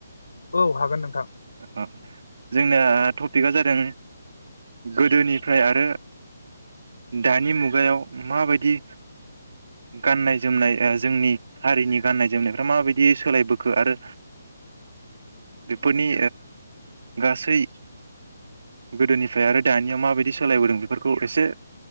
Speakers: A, on the left (about 80°); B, on the right (about 65°).
A: औ हागोन नोंथां।
B: अ जोंना टपिकआ जादों गोदोनिफ्राय आरो दानि मुगायाव माबायदि गाननाय जोमनाय जोंनि हारिनि गाननाय जोमनायफ्रा माबायदि सोलायबो आरो बेफोरनि गासै गोदोनिफ्राय आरो दानिया माबायदि सोलायबोदों बेफोरखौ एसे